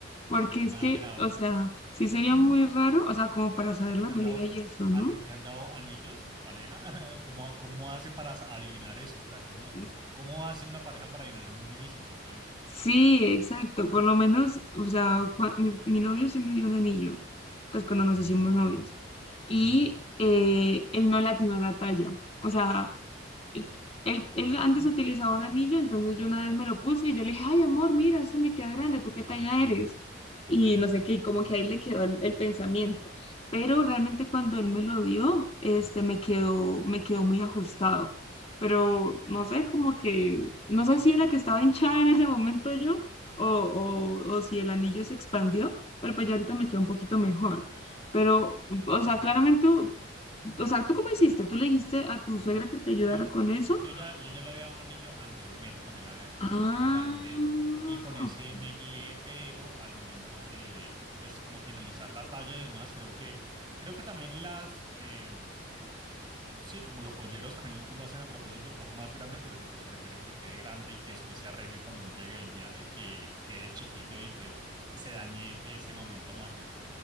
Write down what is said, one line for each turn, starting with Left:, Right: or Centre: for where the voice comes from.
Left: porque
Right: nada
Left: es que,
Right: grave.
Left: o sea, sí sería muy raro, o sea, como para saber
Right: ¿A ti
Left: la
Right: te
Left: medida
Right: han dado,
Left: y eso, ¿no?
Right: a ti te han dado anillos, tu pareja? <laughs> ¿O cómo, cómo hace para adivinar eso? O sea, ¿cómo,
Left: Es-
Right: cómo hace una pareja para adivinar? Es muy difícil, siento yo.
Left: Sí, exacto. Por lo menos, o sea, cua- mi, mi novio sí me dio un anillo, pues cuando nos hicimos novios. Y eh, él no le atinó a la talla. O sea, eh, Él, él antes utilizaba un anillo, entonces yo una vez me lo puse y yo le dije, ay, amor, mira, este me queda grande, ¿tú qué talla eres? Y no sé qué, y como que ahí le quedó el, el pensamiento. Pero realmente cuando él me lo dio, este, me quedó, me quedó muy ajustado. Pero no sé, como que, no sé si era que estaba hinchada en ese momento yo, o, o, o si el anillo se expandió, pero pues ya ahorita me queda un poquito mejor. Pero, o sea, claramente o sea, ¿tú cómo hiciste? ¿Tú le dijiste a tu suegra que te ayudara
Right: Yo,
Left: con eso?
Right: yo ya, yo ya le había dado un anillo anteriormente, también le había quedado
Left: Ah,
Right: un poco grande y con
Left: ok.
Right: ese me guié, pero al momento de, pues, como finalizar la talla y demás, creo que, creo que también las, em, sí, como los joyeros también lo hacen a propósito un poco más grande porque, pues, prefieren que quede grande y que después se arregle cuando uno llegue del viaje, que quede chiquito y, pues, se dañe ese momento mágico.